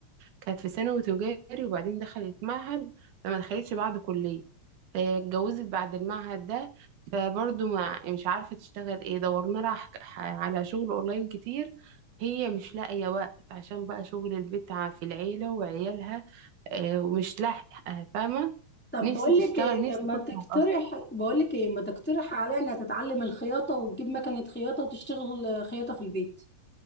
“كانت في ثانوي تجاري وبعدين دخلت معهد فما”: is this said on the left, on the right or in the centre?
Right